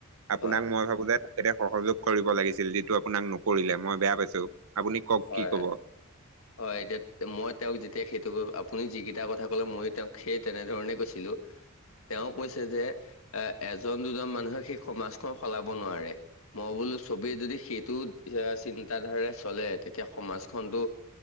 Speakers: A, on the right; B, on the left.
A: আপোনাক
B: হয়
A: মই ভাবো যে তেখেতে সহযোগ কৰিব লাগিছিল যিটো আপোনাক নকৰিলে মই বেয়া পাইছো। আপুনি কওক
B: হয়
A: কি কব।
B: হয় হয় এতিয়া মই তেওঁক যেতিয়া সেইটো কৰো আপুনি যিকেইটা কথা কলে মইয়ো তেওঁক সেই তেনেধৰণে কৈছিলো তেওঁ কৈছে যে এ এজন দুজন মানুহে সেই সমাজখন সলাব নোৱাৰে। মই বোলো ছবি যদি সেইটো চিন্তাধাৰাৰে চলে, তেতিয়া সমাজখনতো